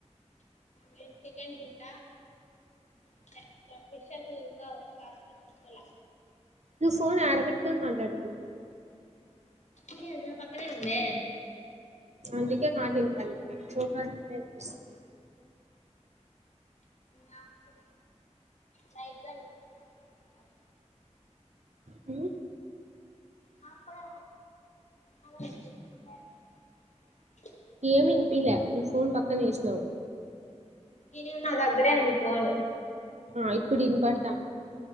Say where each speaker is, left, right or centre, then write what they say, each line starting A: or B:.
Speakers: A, on the left; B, on the right.
A: నేన్ చికెన్ తింట అంతే గా ఫిషెస్. కావ్ కార్ పొడి ముసుకోల్లే
B: నువ్ ఫోన్ యాడబెట్టుకొని మాట్లాడుతన్నావ్
A: ఈడే నా పక్కనేే ఉందే
B: అందుకే మాట ఇనపడలె చెవి కాడ ఉంటె వినిపిస్తుంది
A: నాకు లైట్ గా వినిపిస్తాంది ఒక్కొక్కసారి
B: మ్...
A: మా కూడా <unintelligible>
B: ఏమీ విసిపిల్యా నువ్ ఫోన్ పక్కకుతీసినవ్
A: ఇనే నా దగ్గరే ఉంది ఫోను
B: ఆ ఇప్పుడు ఇనుబడుతాంది